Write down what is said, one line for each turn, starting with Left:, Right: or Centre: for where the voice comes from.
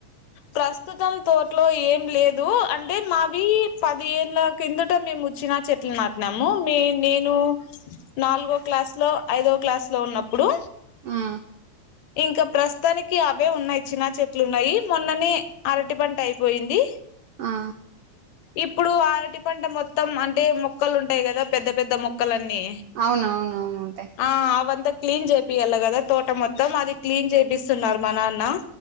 Left: ప్రస్తుతం తోటలో ఏం లేదు అంటే మావి పది ఏళ్ళ కిందట మేము వచ్చిన చెట్లు నాటినాము. మీ నేను నాలుగో క్లాస్ లో ఐదో క్లాస్ లో ఉన్నప్పుడు
Right: ఆ
Left: ఇంకా ప్రస్తుతానికి అవే ఉన్నాయ్, చినా చెట్లు ఉన్నాయి. మొన్ననే అరటి పంట అయిపోయింది.
Right: ఆ
Left: ఇప్పుడు ఆ అరటి పంట మొత్తం అంటే మొక్కలు ఉంటాయి కదా పెద్ద పెద్ద మొక్కలన్నీ
Right: అవునవునవునుంటయి
Left: ఆ ఆవంతా క్లీన్ చేపియల్ల కదా తోట మొత్తం అది క్లీన్ చేపిస్తున్నారు మా నాన్న